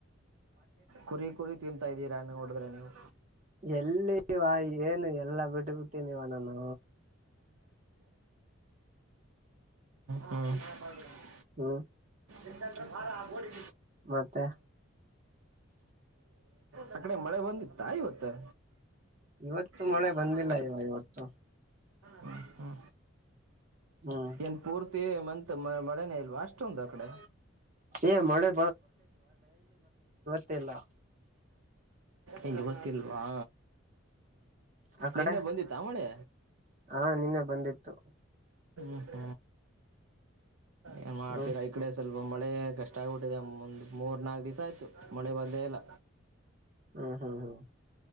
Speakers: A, on the right; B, on the right.
A: ಕುರಿ ಕುರಿ ತಿಂತಾ ಇದ್ದೀರಾ ನೋಡಿದ್ರೆ ನೀವು
B: ಎಲ್ಲಿವಾ ಏನು ಎಲ್ಲಾ ಬಿಟ್ಟು ಬಿಟ್ಟಿನಿವ ನಾನು
A: ಹ್ಮ <unintelligible>
B: ಹ್ಮ
A: ಎ ಭಾರ ಆಗ್ಬೋಡಿ
B: ಮತ್ತೆ
A: ಆ ಕಡೆ ಮಳೆ ಬಂದಿತ್ತಾ ಇವತ್ತು
B: ಇವತ್ತು
A: ಈಲ್ಲ
B: ಮಳೆ
A: ಹ
B: ಬಂದಿಲ್ಲ ಇವ ಇವತ್ತು
A: ಹ್ಮ ಹ್ಮ
B: ಹ್ಮ್
A: ಎಏನ್ಪುರ್ ಪ ಮತ್ ಮಳೆ ಇಲ್ವಾ ಅಷ್ಟ ಇಷ್ಟ ಅ ಕಡೆ
B: ಏ ಮಳೆ ತ್ತಲ್ಲ
A: ಇಗೆ ಗತ್ತಿಲ್ವಾ
B: ಆ ಕಡೆ
A: ನಿನ್ನೆ ಬಂದಿ ತಾಮಣೆ
B: ಹಾ ನಿನ್ನೆ ಬಂದಿತ್ತು
A: ಇಕ ಏನ್ ಮಾಡ್ತೀರಾ
B: ಹ್ಮ್
A: ಈ ಕಡೆ ಸಲ ಸ್ವಲ್ಪ ಮಳೆ ಕಷ್ಟ ಆಗಿಬಿಟ್ಟಿದೆ ಒಂದು ಮೂರ್ ನಾಲ್ಕು ದಿವಸ ಆಯ್ತು ಮಳೆ ಬಂದೇ ಇಲ್ಲ
B: ಹ್ಮ್ ಹ್ಮ್ ಹ್ಮ್